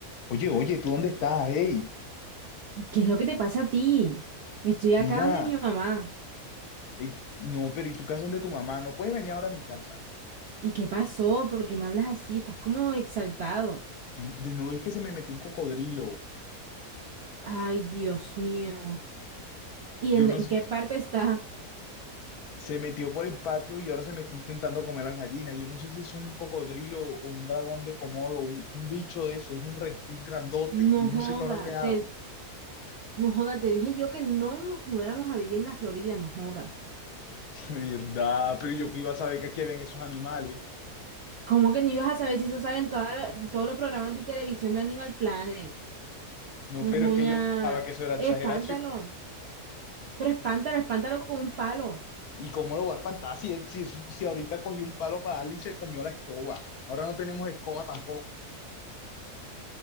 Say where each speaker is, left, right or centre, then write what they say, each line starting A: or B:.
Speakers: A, on the left; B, on the right.
A: Oye, oye, ¿tú dónde estás? Hey,
B: ¿Qué es lo que te pasa a ti? Estoy acá
A: mira,
B: donde mi mamá.
A: eh, no, pero ¿y tu casa ¿dónde tu mamá? No puedes venir ahora a mi casa.
B: ¿Y qué pasó? ¿Por qué me hablas así? Estás como exaltado.
A: Mi- de- No es que se me metió un cocodrilo.
B: Ay, Dios mío. ¿Y
A: Yo
B: en,
A: no,
B: en
A: s-
B: qué parte está?
A: se metió por el patio y ahora se me está intentando comer las gallinas. Yo no sé si es un cocodrilo o un dragón de Komodo, un, un bicho de eso, es un reptil grandote. y
B: No
A: Yo
B: joda,
A: no sé qué ahora qué hago.
B: te, no joda, te dije yo que no nos mudáramos a vivir en la Florida, no joda.
A: <laughs> De verdad, pero yo que iba a saber que aquí habían esos animales.
B: ¿Cómo que no ibas a saber si eso sale en toda la- todos los programas de televisión de Animal Planet?
A: No,
B: Ujuña.
A: pero es que yo pensaba que eso era exageración.
B: Espántalo. Pero espántalo, espántalo con un palo.
A: ¿Y cómo lo va a espantar si, él- si, si ahorita cogí un palo para darle y se comió la escoba? Ahora no tenemos escoba tampoco.